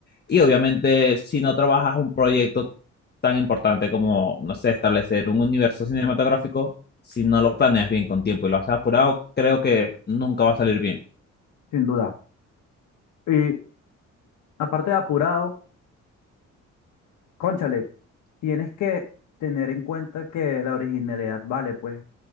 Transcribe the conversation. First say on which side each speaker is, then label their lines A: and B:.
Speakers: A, on the left (about 35°); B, on the left (about 75°).
A: Y obviamente, si no trabajas un proyecto tan importante como, no sé, establecer un universo cinematográfico, si no lo planeas bien con tiempo y lo haces apurado, creo que nunca va a salir bien.
B: sin duda. Y aparte de apurado, cónchale, tienes que tener en cuenta que la originalidad vale, pues.